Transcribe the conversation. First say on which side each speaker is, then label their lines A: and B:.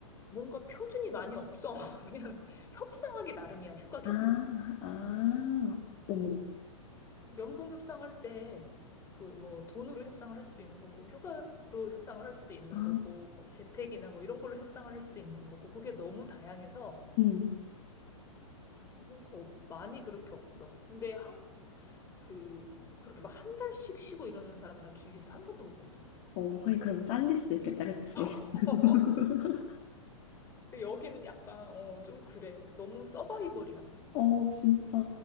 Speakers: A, on the left; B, on the left.
A: 뭔가 표준이 많이 없어. <laughs> 그냥 협상하기 나름이야, 휴가 개수도.
B: 아, 아,
A: 응. 어.
B: 어머.
A: 연봉 협상할 때 그 뭐 돈으로 협상을 할 수도 있는 거고 휴가로 협상을 할 수도 있는
B: 아,
A: 거고 뭐 재택이나 뭐 이런 걸로 협상을 할 수도 있는 거고 그게 너무 다양해서
B: 응.
A: 뭔가 없- 많이 그렇게 없어. 근데 한 그 그렇게 막 한 달씩 쉬고 이러는 사람 나 주위에서 한 번도 못 봤어.
B: 어, 하긴 그럼 잘릴 수 있겠다, 그치?
A: <laughs>
B: <laughs>
A: 여기는 약간 어 좀 그래. 너무 서바이벌이야.
B: 어, 진짜.